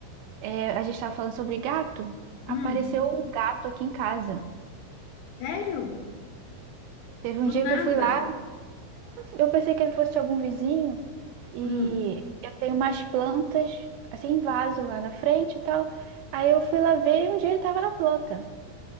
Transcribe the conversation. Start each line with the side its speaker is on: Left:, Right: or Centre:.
Right: É, a gente estava falando sobre gato. Apareceu
Left: Hum,
Right: um gato aqui em casa.
Left: sério?
Right: Teve um
Left: Do
Right: dia
Left: nada?
Right: que eu fui lá, eu pensei que ele fosse de algum vizinho e
Left: Hum,
Right: eu tenho umas plantas assim em vaso lá na frente e tal. Aí eu fui lá ver e um dia ele estava na planta.